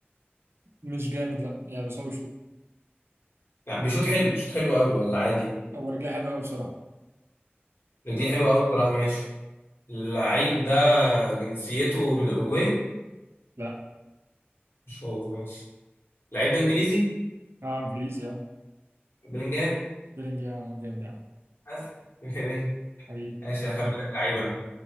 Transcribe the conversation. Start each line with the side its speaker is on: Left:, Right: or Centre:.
Right: مش جامد لا يعني بس هو شوط
Left: يعني بيشوط حلو بيشوط حلو قوي ولا عادي
Right: هو رجليه حلوة أوي بصراحة
Left: رجليه حلوه قوي الصراحة ماشي اللعيب ده جنسيته من الاوروجواي
Right: لا
Left: مش هو ماشي اللعيب ده انجليزي
Right: اه انجليزي اه
Left: بلينجهام
Right: بيلينجهام آه، جامد يعني
Left: بس <laughs>
Right: حقيقي
Left: ماشي هخمن لك لعيبا